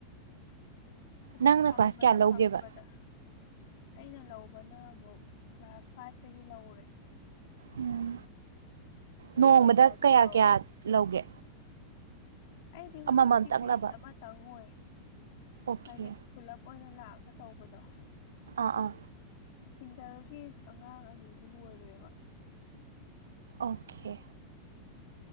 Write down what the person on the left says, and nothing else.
ꯑꯗꯨ
ꯐꯝꯕꯗ
ꯐꯝꯕꯗ ꯑꯩꯅ ꯂꯧ ꯕꯅ ꯑꯃꯨꯛ ꯀ꯭ꯂꯥꯁ ꯐꯥꯏꯚꯇꯒꯤ ꯂꯧꯔꯦ
ꯇꯦꯟ
ꯐꯥꯎꯗꯤ
ꯂꯧꯔꯦ
ꯑꯩꯗꯤ ꯍꯧꯖꯤꯛꯇꯤ
ꯕꯦꯖ ꯑꯃꯇꯪ ꯑꯣꯢ
ꯍꯥꯏꯗꯤ ꯄꯨꯂꯞ ꯑꯣꯏꯅ ꯂꯥꯛꯑꯒ ꯇꯧꯕꯗꯣ
ꯁꯤꯡꯒꯜꯒꯤ ꯑꯉꯥꯡ ꯑꯅꯤꯗꯤ ꯂꯣꯏꯈ꯭ꯔꯦꯕ